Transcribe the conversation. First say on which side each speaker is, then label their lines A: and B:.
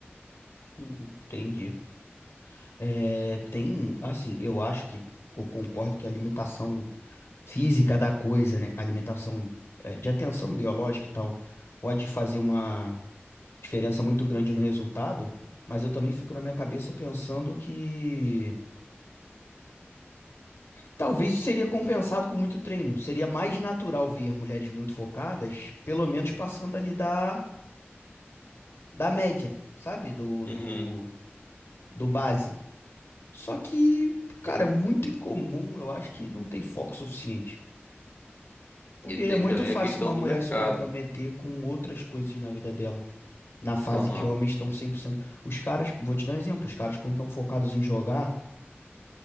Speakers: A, on the left; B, on the left.
A: Hum, Entendi. É, tem, assim, eu acho que eu concordo que a limitação física da coisa, né? A limitação é, de atenção biológica e tal, pode fazer uma diferença muito grande no resultado, mas eu também fico na minha cabeça pensando que talvez isso seria compensado com muito treino. Seria mais natural ver mulheres muito focadas, pelo menos passando ali da, da média, sabe? Do,
B: Uhum.
A: do, do base. Só que, cara, é muito incomum, eu acho que não tem foco suficiente. Porque
B: E tem
A: é muito
B: também
A: fácil
B: a questão
A: uma mulher
B: do mercado.
A: se comprometer com outras coisas na vida dela, na fase
B: Aham,
A: que homens estão cem por cento Os caras, vou te dar um exemplo, os caras quando estão focados em jogar.